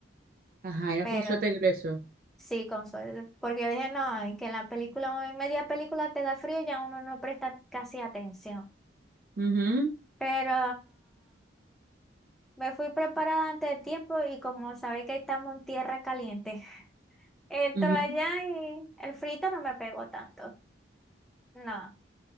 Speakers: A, on the right; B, in the centre.
A: Ajá, ibas
B: Pero
A: con suéter grueso.
B: sí, con suéter. Porque yo dije, no, es que en la película, en media película te da frío, ya uno no presta casi atención.
A: Ujú,
B: Pero. Me fui preparada antes de tiempo y como sabéis que estamos en tierra caliente, <laughs> entro
A: ujú.
B: allá y el frito no me pegó tanto. No,